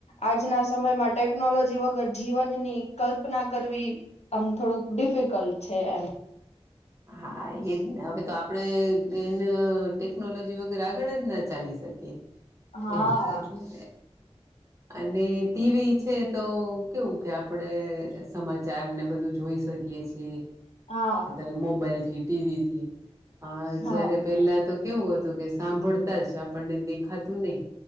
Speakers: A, on the left (about 75°); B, on the right (about 25°).
A: આજના સમયમાં ટેકનોલોજી વગર જીવનની કલ્પના કરવી આમ થોડુંક ડિફિકલ્ટ છે એમ
B: <inaudible> હા એજ ને હવે તો આપણે એને ટેકનોલોજી વગર આગળ જ ના ચાલી શકીએ
A: હા
B: એમ એટલે અને ટીવી છે તો કેવું કે આપડે સમાચાર ને બધું જોઈ શકીએ છીએ.
A: હા.
B: મોબાઈલ થી ટીવીથી આ
A: હા
B: જયારે પેલા તો કેવું હતું કે સાંભળતા જ આપણને દેખાતું નય